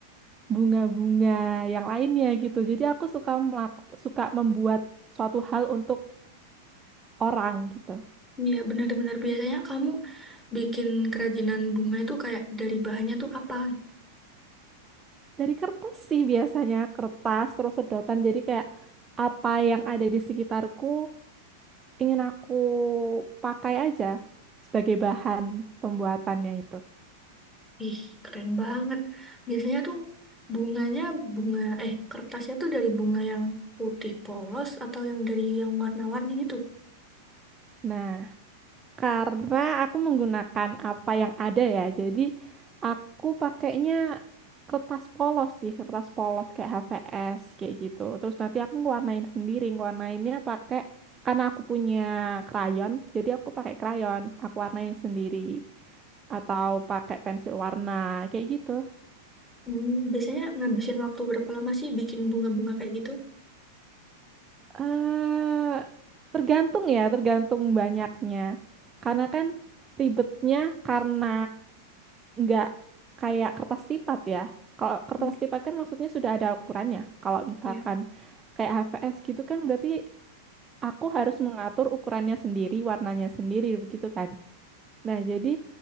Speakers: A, on the right; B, in the centre.
A: bunga-bunga yang lainnya gitu jadi aku suka melaku, suka membuat suatu hal untuk orang gitu
B: Iya, benar-benar biasanya kamu bikin kerajinan bunga itu kayak dari bahannya tuh apa?
A: Dari kertas sih biasanya kertas terus sedotan jadi kayak apa yang ada di sekitarku ingin aku pakai aja sebagai bahan pembuatannya itu.
B: Ih, keren banget. Biasanya tuh bunganya bunga eh kertasnya tuh dari bunga yang putih polos atau yang dari yang warna-warni gitu.
A: Nah, Karena aku menggunakan apa yang ada ya. Jadi aku pakainya kertas polos sih, kertas polos kayak HVS kayak gitu. Terus nanti aku ngewarnain sendiri, ngewarnainnya pakai karena aku punya krayon, jadi aku pakai krayon, aku warnain sendiri atau pakai pensil warna kayak gitu.
B: Hmm, biasanya ngabisin waktu berapa lama sih bikin bunga-bunga kayak gitu?
A: Eh, tergantung ya, tergantung banyaknya. Karena kan ribetnya karena nggak kayak kertas lipat ya. Kalau kertas
B: Hmm,
A: lipat kan maksudnya sudah ada ukurannya. Kalau misalkan
B: iya.
A: kayak HVS gitu kan berarti aku harus mengatur ukurannya sendiri, warnanya sendiri begitu kan. Nah, jadi